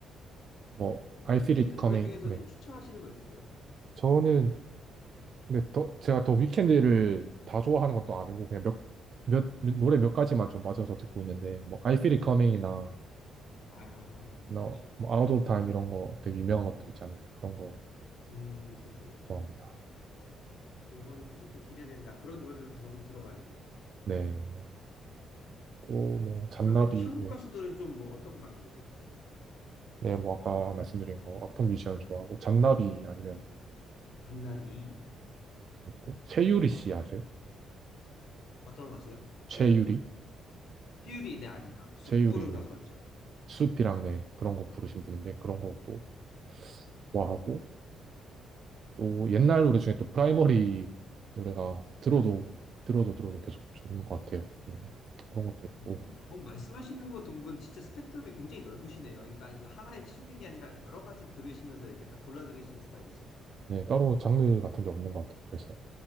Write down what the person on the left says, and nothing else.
위켄드
노래 중에서
좀 추천하시는 거 있으세요?
네. 아, 아,
그렇죠.
음, 그렇죠, 그렇죠.
그래서 이번 콘서트 기대된다. 그런 노래들도 가서 한번 들어봐야겠네.
그러면 또 한국
가수들은 좀 뭐 어떤 거 많이 들으세요?
음, 잔나비
어떤 가수요?
태율이 네 압니다. 숯
부른
가수 맞죠?
프라이머리.
음, 어, 말씀하시는 거 두분 진짜 스펙트럼이 굉장히 넓으시네요. 그러니까 이거 하나에 치중된 게 아니라 여러 가지 들으시면서 이렇게 딱 골라 들으시는 스타일이시네요.